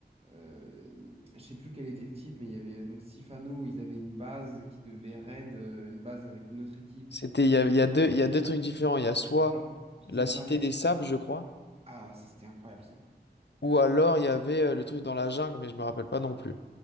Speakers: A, on the right; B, on the left.
A: euh, je sais plus quel était le titre, mais il y avait euh, donc Sifano, où ils avaient une base qui devait raid, euh, une base avec une autre équipe.
B: C'était, il y a, il y a deux, il y a deux trucs différents. Il y a soit
A: Genre, fils
B: la
A: de
B: Cité
A: Patrick.
B: des Sables, je crois.
A: Ah, ouais, ça, c'était incroyable, ça.
B: Ou alors, il y avait euh, le truc dans la jungle, mais je me rappelle pas non plus.